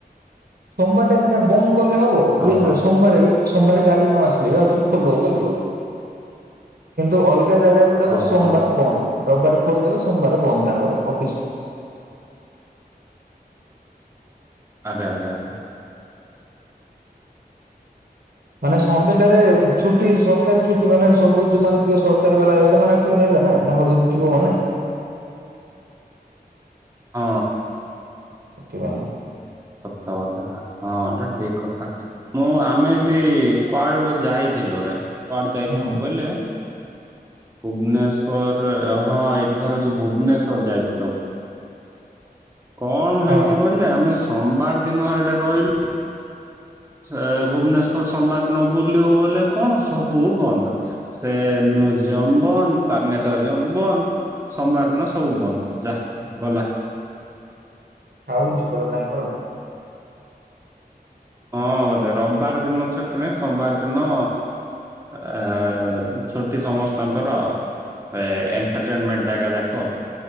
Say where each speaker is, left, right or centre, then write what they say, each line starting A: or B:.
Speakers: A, on the right; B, on the right.
A: ସୋମବାରଟା ସିନା ବନ୍ଦ କଲେ ହବ ଇଏ
B: ଓହୋ
A: ସୋମବାର ବି ସୋମବାରେ ଗାଡି ନ ଆସିଲେ ବି ଆଉଥରେ ଖୋଲ ବୋଲି କହୁଛି କିନ୍ତୁ ଅଲଗା ଅଲଗା ଜାଗା ଗୁଡ଼ାକ
B: ଓହୋ
A: ସୋମବାରେ ବନ୍ଦ। ରବିବାରେ ଖୋଲିଦବେ ସୋମବାରେ ବନ୍ଦ ତାଙ୍କର ଅଫିସ୍।
B: ଆରେ ଆରେ ଆରେ।
A: ମାନେ ସଣ୍ଡେ ଟାରେ ଛୁଟି ସରକାରୀ ଛୁଟି ମାନେ ସବୁ ଯୋଉଁମାନେ ଥେ ସରକାରୀ ବାଲା ସେମାନେ ଆସିକି ନେବେ। ନେବେ ନା ତାଙ୍କର ଯଦି ଥିବ
B: ହଁ।
A: !!!!!!!!!!
B: ସତ କଥା ହଁ ଏଟା ଠିକ କଥା ମୁଁ ଆମେ ବି କୁଆଡେ ଗୋଟେ ଯାଇଥିଲି ଲୁରେ କୁଆଡେ ଯାଇ
A: ହୁଁ
B: କହିଲେ ଭୁବନେଶ୍ଵର ହଁ ଏଥର ଯୋଉ ଭୁବନେଶ୍ଵର ଯାଇଥିଲୁ। କଣ ହେଇଛି
A: ହଁ
B: କହିଲେ ଆମେ ସୋମବାର ଦିନ ଏଇଟା ରହିଲୁ। ସେ ଭୁବନେଶ୍ଵର ସମ୍ବାଦ ନ ବୁଲୁ ବଲେ କଣ ସବୁ ବନ୍ଦ ସେ ନ୍ୟୁଜ୍ ଜୀୟମ ବନ୍ଦ ପାଟେରିୟମ ବନ୍ଦ ସୋମବାର ଦିନ ସବୁ ବନ୍ଦ ଯା ଗଲା।
A: ଖାଉଛି ପା ପାମ୍ପର।
B: ହଁ ବୋଧେ ରବିବାର ଦିନ ଛୁଟି ନାଇଁ ସୋମବାର ଦିନ ଆ ଛୁଟି ସମସ୍ତଙ୍କର ଆଉ। ଏ ଏଣ୍ଟରଟେନମେଣ୍ଟ ଜାଗା ଦେଖ